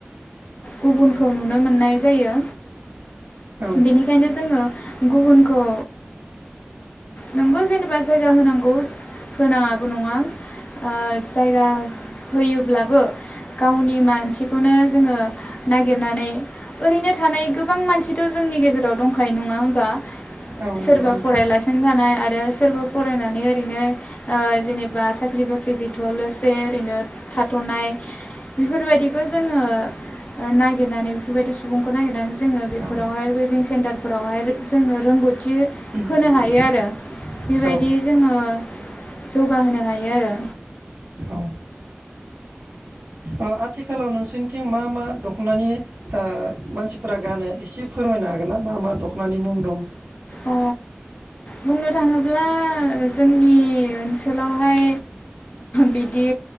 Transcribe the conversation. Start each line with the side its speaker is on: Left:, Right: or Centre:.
Left: गुबुनखौ नुनो मोननाय जायो
Right: औ
Left: बेनिखायनो जोङो गुबुनखौ नोंगौ जेनेबा जायगा होनांगौ होनाङाबो नङा ओ जायगा होयोब्लाबो गावनि मानसिखौनो जोङो नागिरनानै ओरैनो थानाय गोबां मानसिथ' जोंनि गेजेराव दंखायो नङा होमबा।
Right: औ
Left: सोरबा
Right: नंगौ नोंथां
Left: फरायलासिनो थानाय आरो सोरबा फरायनानै ओरैनो जेनेबा साख्रि बाख्रि गैथ' लोगोसे ओरैनो थाथ'नाय बेफोरबायदिखौ जोङो नागिरनानै बेफोरबायदि सुबुंखौ नागिरनानै जोङो बेफोरावहाय
Right: औ
Left: वेबिं सेन्टारफोरावहाय जोङो रोंगौथि होनो
Right: नंगौ
Left: हायो
Right: नोंथां
Left: आरो। बेबायदि
Right: औ
Left: जोङो जौगाहोनो हायो आरो।
Right: औ ओ आथिखालाव नोंसोरनिथिं मा मा दख'नानि मानसिफोरा गानो एसे फोरमायनो हागोन ना मा मा दख'नानि मुं दं?
Left: अ बुंनो थाङोब्ला जोंनि ओनसोलावहाय बिदि